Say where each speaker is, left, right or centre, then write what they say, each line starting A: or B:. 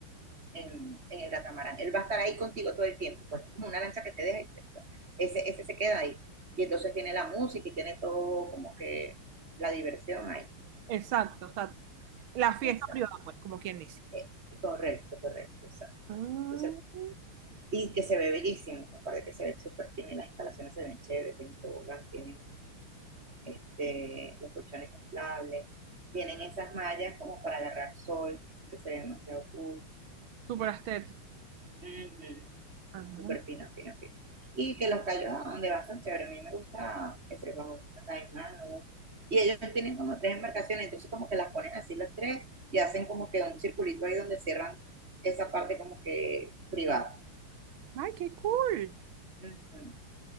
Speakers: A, on the right; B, on the right.
A: en- en el catamarán. Él va a estar ahí contigo todo el tiempo, pues como una lancha que te deja, ese, ese se queda ahí. Y entonces tiene la música y tiene todo como que la diversión ahí.
B: Exacto, o sea, la fiesta
A: exacto
B: privada, pues, como quien dice.
A: eh, correcto, correcto, exacto.
B: Ah,
A: Entonces, y que se ve bellísimo, aparte que se ve súper fino y las instalaciones se ven chéveres, tienen tobogán, tienen este, los colchones inflables, tienen esas mallas como para agarrar sol, que se ve demasiado cool,
B: súper estético.
A: Ujú,
B: Ajá.
A: súper fino, fino, fino. Y que los callos a donde va son chéveres, a mí me gusta ese bajo Caimán o otro. Y ellos tienen como tres embarcaciones, entonces como que las ponen así las tres y hacen como que un circulito ahí donde cierran esa parte como que privada.
B: Ay, qué cool.
A: Ujú.